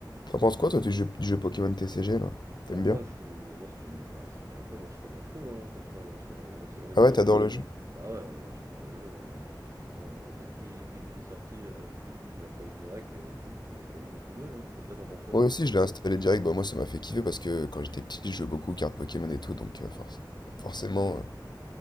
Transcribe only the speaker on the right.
Ah, moi,
je suis, moi, si tu me, enfin, si tu me réponds, moi, je suis comme un fou, hein, franchement. C'est un, c'est un des
meilleurs
jeux mobiles.
Ah ouais, ouais, moi, j'adore le jeu, hein, franchement. euh, dès qu'il, dès qu'il est sorti, euh, je l'ai installé direct et j'ai j'ai quand même beaucoup joué. Hein. Et toi, t'en penses quoi?
Non,